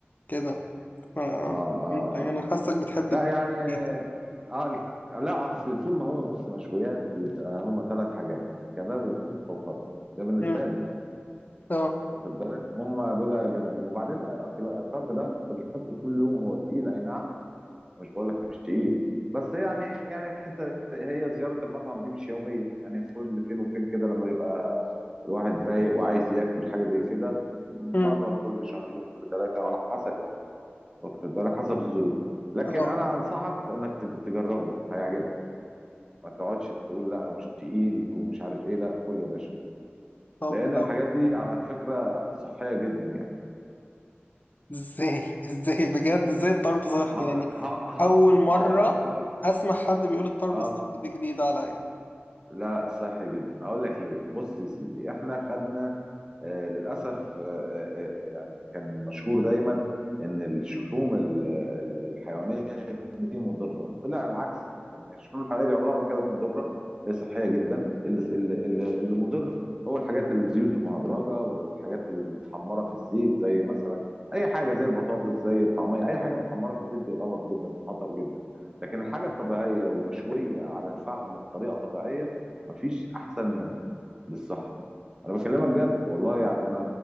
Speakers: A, on the left (about 45°); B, on the right (about 15°).
A: كده ف
B: اه اه,
A: أنت- يعني
B: آه.
A: أنا حاسك بتحب
B: لا
A: الب-
B: يعني
A: فيها
B: اه ال- لا اصل طول ما هو بص مشويات يبقى هم ثلاث حاجات كباب وكفته وطرب ده بالنسبه
A: مم.
B: لي يعني
A: اه
B: واخد بالك هم دول جامدين وبعدين آه، اصل الطرب ده انت مش بتاكله كل يوم هو تقيل اي نعم مش بقول لك مش تقيل بس يعني يعني انت هي زياره المطعم دي مش يوميه يعني كل فين وفين كده لما يبقى الواحد رايق وعايز ياكل حاجه زي كده مره
A: مم.
B: كل شهرين كل ثلاثه على حسب يعني واخد بالك حسب الظروف لكن
A: اه
B: انا انصحك انك تج- تجربه هيعجبك ما تقعدش تقول لا مش تقيل ومش عارف ايه لا كله يا باشا
A: طب
B: لان
A: لا.
B: الحاجات دي على فكره صحيه جدا يعني
A: ازاي ازاي بجد ازاي الطرب صحي
B: هقول
A: يعني
B: ه- ه-
A: أول مرة
B: هقول لك هقول
A: أسمع حد بيقول الطرب
B: اه
A: صحي دي جديدة عليا
B: لا صحي جدا هقول لك ليه بص يا سيدي احنا خدنا آه، للاسف آه، آه، آه، يعني كان مشهور دايما ان الشحوم ال- ال- الحيوانيه دي مضره طلع العكس ان الشحوم الحيوانيه دي عمرها ما كانت مضره هي صحيه جدا اللي اللي اللي اللي مضر هو الحاجات الزيوت المهدرجه والحاجات المتحمره في الزيت زي مثلا اي حاجه زي البطاطس زي الطعميه اي حاجه متحمره في الزيت دي غلط جدا وخطر جدا لكن الحاجه الطبيعيه ومشويه على الفحم بطريقه طبيعيه مفيش احسن منها للصحه انا بكلمك جد والله يعني انا